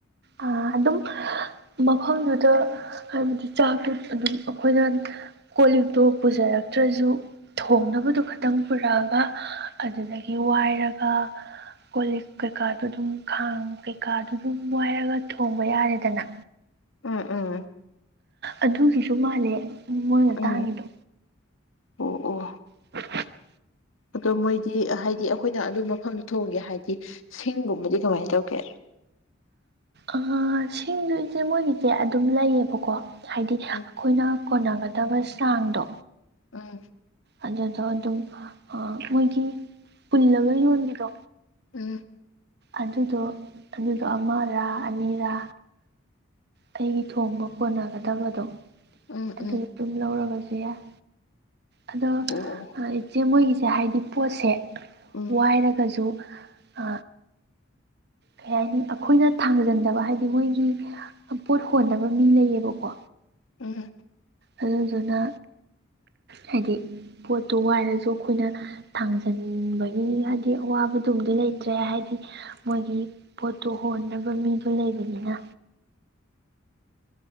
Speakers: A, on the right; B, on the left.
A: ꯑꯥ ꯑꯗꯨꯝ ꯃꯐꯝꯗꯨꯗ ꯍꯥꯏꯕꯗꯤ ꯆꯥꯛꯇꯣ ꯑꯗꯨꯝ ꯑꯩꯈꯣꯏꯅ ꯀꯣꯜ ꯂꯤꯞꯇꯣ ꯄꯨꯖꯔꯛꯇ꯭ꯔꯁꯨ ꯊꯣꯡꯅꯕ ꯑꯗꯨꯗꯣ ꯈꯇꯪ ꯄꯨꯔꯛꯑꯒ ꯑꯗꯨꯗꯒꯤ ꯋꯥꯏꯔꯒ ꯀꯣ ꯂꯤꯛ ꯀꯩꯀꯥꯗꯨ ꯑꯗꯨꯝ ꯈꯥꯡ ꯀꯩꯀꯥꯗꯨ ꯑꯗꯨꯝ ꯋꯥꯏꯔꯒ ꯊꯣꯡꯕ ꯌꯥꯔꯦꯗꯅ
B: ꯎꯝ ꯎꯝ
A: ꯑꯗꯨꯒꯤꯁꯨ ꯃꯥꯜꯂꯦ ꯃꯣꯏꯅ
B: ꯎꯝ
A: ꯇꯥꯡꯉꯤꯗꯣ
B: ꯑꯣ ꯑꯣ
A: <inaudible>
B: ꯑꯗꯣ ꯃꯣꯏꯗꯤ ꯍꯥꯏꯗꯤ ꯑꯩꯈꯣꯏꯅ ꯑꯗꯨ ꯃꯐꯝꯗ ꯊꯣꯡꯒꯦ ꯍꯥꯏꯗꯤ ꯁꯤꯡꯒꯨꯝꯕꯗꯤ ꯀꯃꯥꯏꯅ ꯇꯧꯒꯦ
A: ꯑꯥ ꯁꯤꯡꯗꯨꯗꯤ ꯃꯣꯏꯒꯤ ꯑꯗꯨꯝ ꯂꯩꯌꯦꯕꯀꯣ ꯍꯥꯏꯗꯤ
B: ꯎꯝ
A: ꯑꯩꯈꯣꯏꯅ ꯀꯣꯟꯅꯒꯗꯕ ꯆꯥꯡꯗꯣ
B: ꯎꯝ
A: ꯑꯗꯨꯗꯣ ꯑꯗꯨꯝ ꯃꯣꯏꯒꯤ ꯄꯨꯜꯂꯒ ꯌꯣꯟꯕꯤꯗꯣ
B: ꯎꯝ
A: ꯑꯗꯨꯗꯣ ꯑꯗꯨꯗꯣ ꯑꯃꯔꯥ ꯑꯅꯤꯔꯥ ꯑꯩꯒꯤ ꯊꯣꯡꯕ ꯀꯣꯟꯅꯒꯗꯕꯗꯣ
B: ꯎꯝ
A: ꯑꯗꯨ
B: ꯎꯝ
A: ꯇꯨꯝ ꯂꯧꯔꯒꯁꯨ ꯌꯥꯏ ꯑꯗꯣ
B: ꯑꯣ ꯑꯣ
A: ꯏꯆꯦ ꯃꯣꯏꯒꯤꯁꯦ ꯍꯥꯏꯕꯗꯤ ꯄꯣꯠꯁꯦ
B: ꯎꯝ
A: ꯋꯥꯏꯔꯒꯖꯨ ꯑ ꯀꯩ ꯍꯥꯏꯅꯤ ꯑꯈꯣꯏꯅ ꯊꯥꯡꯖꯟꯗꯕ ꯍꯥꯏꯗꯤ ꯃꯣꯏꯒꯤ ꯑ ꯄꯣꯠ ꯍꯣꯟꯅꯕ ꯃꯤ ꯂꯩꯌꯦꯕꯀꯣ
B: ꯎꯝ
A: ꯑꯗꯨꯗꯨꯅ ꯍꯥꯏꯗꯤ ꯄꯣꯠꯇꯣ ꯋꯥꯏꯔꯁꯨ ꯑꯩꯈꯣꯏꯅ ꯊꯥꯡꯖꯟꯕꯒꯤ ꯍꯥꯗꯤ ꯑꯋꯥꯕꯗꯨꯝꯗꯤ ꯂꯩꯇ꯭ꯔꯦ ꯍꯥꯏꯗꯤ ꯃꯣꯏꯒꯤ ꯄꯣꯠꯇꯨ ꯍꯣꯟꯅꯕ ꯃꯤꯗꯣ ꯂꯩꯕꯅꯤꯅ